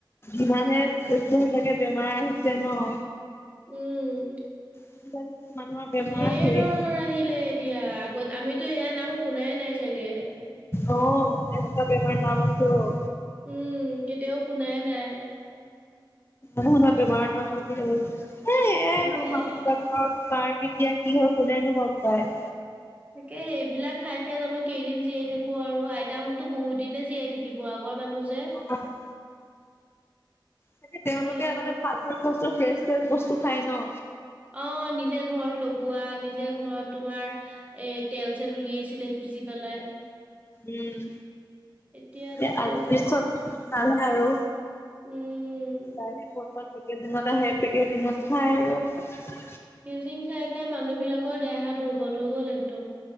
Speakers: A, on the left; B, on the right.
A: ইমানে একো, সেনেকে বেমাৰ আহিছে ন।
B: উম,
A: আজিকালিতো মানুহৰ বেমাৰ
B: ঢেৰ
A: হৈয়ে
B: ধৰণৰ আহিলে এতিয়া, আগত আমিতো হেয়া নাম শুনাই নাই চাগে।
A: অ', এনেকুৱা বেমাৰ নাম আছে অ'।
B: উম, কেতিয়াও শুনাই নাই।
A: শুনাই নাই বেমাৰৰ নাম আজিলৈকে, এয়াই
B: তাকেহে
A: আৰু মানুহ বিলাকৰ খোৱাৰ এতিয়া কি হয়, কোনেনো গম পায়।
B: তাকে, সেইবিলাক খাই, খাই জানো কেইদিন জীয়াই থাকো আৰু, আইতাহতটো বহুত দিনে জীয়াই থাকিব, আগৰ মানুহ যে
A: <unintelligible> তাকে, তেওঁলোকে
B: এতিয়া
A: আগতে ভাল, ভাল বস্তু ফ্ৰেচ, ফ্ৰেচ বস্তু খাই ন।
B: অ', নিজে ঘৰত লগোৱা, নিজে ঘৰত তোমাৰ এ, তেল-চেল উলিয়াইছিলে পিচি পেলাই
A: উম,
B: এতিয়ানো
A: সেইয়া
B: ক'ত
A: আজিকালি ছব
B: আৰু
A: আৰু
B: উম
A: <unintelligible> পেকাজিংত আহে, পেকেজিংত, খায় আৰু।
B: পেকেজিং খাই, খাই মানুহ বিলাকৰ দেহা দুৰ্বল হৈ গ'ল একদম।